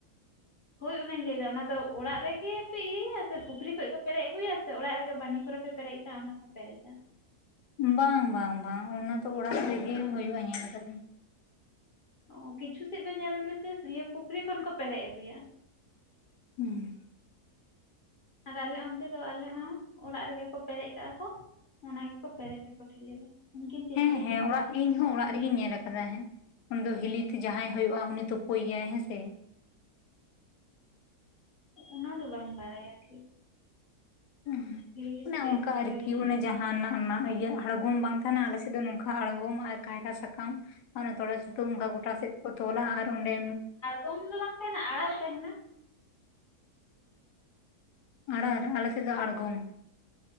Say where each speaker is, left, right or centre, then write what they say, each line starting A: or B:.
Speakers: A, on the left; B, on the left.
A: ᱦᱳᱭ ᱚᱱᱟᱧ ᱞᱟᱹᱭᱫᱟ ᱚᱱᱟ ᱫᱚ ᱚᱲᱟᱜ ᱨᱮᱜᱮ ᱯᱮ ᱤᱭᱟᱹᱭᱟ ᱥᱮ ᱯᱩᱠᱷᱨᱤ ᱠᱷᱚᱡ ᱠᱚ ᱯᱮᱨᱮᱡ ᱟᱹᱜᱩᱭᱟ ᱥᱮ ᱚᱲᱟᱜ ᱨᱮᱜᱮ ᱵᱟᱱᱦᱤ ᱠᱚᱨᱮ ᱯᱮᱨᱮᱡ ᱠᱟᱜ-ᱟ ᱚᱱᱟ ᱠᱚ ᱯᱮᱨᱮᱡᱟ
B: ᱵᱟᱝ-ᱵᱟᱝ-ᱵᱟᱝ ᱚᱱᱟ ᱫᱚ ᱚᱲᱟᱜ ᱨᱮᱜᱮ ᱦᱩᱭᱩᱜᱼᱟ ᱧᱮᱞ ᱟᱠᱟᱫᱟᱹᱧ
A: ᱚ ᱠᱤᱪᱷᱩ ᱥᱮᱫ ᱫᱚ ᱧᱮᱞ ᱢᱮᱥᱮ ᱤᱭᱟᱹ ᱯᱩᱠᱷᱨᱤ ᱠᱷᱚᱱ ᱠᱚ ᱯᱮᱨᱮᱡ ᱟᱹᱜᱩᱭᱟ
B: ᱦᱮᱸ
A: ᱟᱨ ᱟᱞᱮ ᱚᱱᱛᱮ ᱫᱚ ᱟᱞᱮ ᱦᱚᱸ ᱚᱲᱟᱜ ᱨᱮᱜᱮ ᱠᱚ ᱯᱮᱨᱮᱡ ᱠᱟᱜᱼᱟ ᱠᱚ ᱚᱱᱟ ᱜᱮᱠᱚ ᱯᱮᱨᱮᱡᱟᱠᱚ ᱴᱷᱤᱞᱤ ᱨᱮ ᱩᱱᱠᱤᱱ ᱛᱤᱛᱨᱤ
B: ᱦᱮᱸᱻᱦᱮᱸ
A: ᱠᱤᱱ
B: ᱚᱲᱟᱜ
A: ᱯᱮᱨᱮᱡ
B: ᱤᱧ ᱦᱚᱸ ᱚᱲᱟᱜ ᱨᱮᱜᱤᱧ ᱧᱮᱞ ᱦᱮᱸ ᱩᱱ ᱫᱚ ᱦᱤᱞᱤᱛ ᱡᱟᱦᱟᱸᱭ ᱦᱩᱭᱩᱜᱼᱟ ᱩᱱᱤ ᱛᱳᱯᱳᱭᱮᱭᱟᱭ ᱦᱮᱸ ᱥᱮ
A: ᱚᱱᱟ ᱫᱚ ᱵᱟᱹᱧ ᱵᱟᱲᱟᱭᱟ ᱴᱷᱤᱠ
B: ᱚᱱᱮ
A: ᱦᱤᱞᱤᱛ ᱛᱮᱜ
B: ᱚᱱᱠᱟ
A: ᱮ ᱛᱳᱯᱳᱭᱭᱟ
B: ᱟᱨᱠᱤ ᱚᱱᱮ ᱡᱟᱦᱟᱱᱟᱜ ᱚᱱᱟ ᱤᱭᱟᱹ ᱟᱬᱜᱚᱢ ᱵᱟᱝ ᱛᱟᱦᱮᱱᱟ ᱟᱞᱮ ᱥᱮᱫ ᱫᱚ ᱱᱚᱝᱠᱟ ᱟᱬᱜᱚᱢ ᱟᱨ ᱠᱟᱭᱨᱟ ᱥᱟᱠᱟᱢ ᱚᱱᱮ ᱛᱚᱲᱮ ᱥᱩᱛᱟᱹᱢ ᱚᱱᱠᱟ ᱜᱚᱴᱟ ᱥᱮᱫ ᱠᱚ ᱛᱚᱞᱟ ᱟᱨ ᱚᱸᱰᱮ
A: ᱜᱚᱢ ᱫᱚ ᱵᱟᱝ ᱛᱟᱦᱮᱱᱟ ᱟᱲᱟᱨ ᱛᱟᱦᱮᱱᱟ᱾
B: ᱟᱲᱟᱨᱮ ᱟᱞᱮ ᱥᱮᱫ ᱫᱚ ᱟᱬᱜᱚᱢ᱾